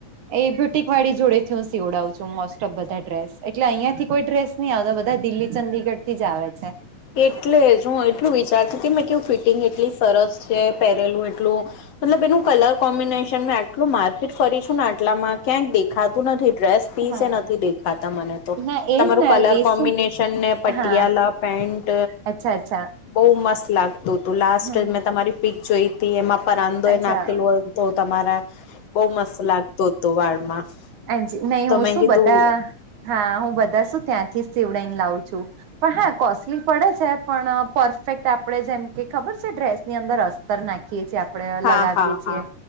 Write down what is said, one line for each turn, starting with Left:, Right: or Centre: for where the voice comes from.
Right: એ બ્યુટિક વાળી જોડે સીવડાવું છું મોસ્ટ ઓફ બધા ડ્રેસ એટલે અહિયાં થી કોઈ ડ્રેસ નહ આવતા બધા દિલ્હી ચંદડીગઢ થી જ આવે છે.
Left: એટલે જ હું એટલું વિચારતી હતી મેં કેવું ફિટિંગ એટલી સરસ છે પહેરેલું એટલું મતલબ એનું કલર કોમ્બિનેશન મેં આટલું માર્કેટ ફરી છું ને આટલામાં ક્યાંયક દેખાતું નથી ડ્રેસ પીસે
Right: હા.
Left: નથી દેખાતા મને તો,
Right: ના એજ
Left: તમારું
Right: ને
Left: કલર
Right: એ
Left: કોમ્બિનેશન
Right: શું
Left: ને પટિયાલા
Right: હા
Left: પેન્ટ.
Right: અચ્છા અચ્છા
Left: બહ મસ્ત લાગતું હતું લાસ્ટ
Right: હમ
Left: મેં તમારી પીક જોઈ. એમાં પર અંદોય
Right: અચ્છા
Left: નાખેલું હોય તો તમારા, બહુ મસ્ત લાગતું હતું વાળમાં.
Right: હ નહી
Left: તો
Right: હું
Left: મેં
Right: શું
Left: કીધું
Right: બધા, હા હું બધા શું ત્યાંથી જ સેવડાઈને લાવ છું. પણ હા કોસ્ટલી પડે છે પણ પરફેક્ટ આપણે જેમ કે ખબર છે ડ્રેસની અંદરસ્ તર નાખીએ છીએ, આપડે
Left: હા
Right: લગાવીએ
Left: હા
Right: છીએ
Left: હા